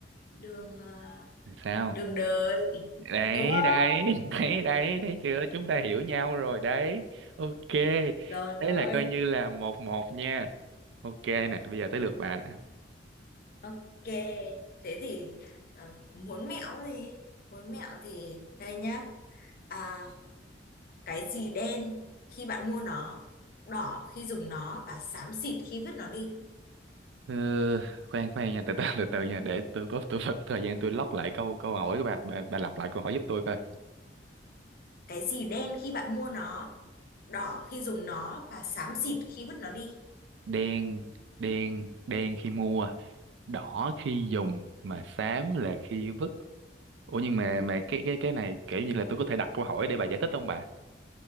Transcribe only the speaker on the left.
đường à,
đường đời
đúng không
rồi rồi
ok thế thì ờ, muốn mẹo gì muốn mẹo thì đây nhá à cái gì đen khi bạn mua nó đỏ khi dùng nó và xám xịt khi vứt nó đi
cái gì đen khi bạn mua nó đỏ khi dùng nó và xám xịt khi vứt nó đi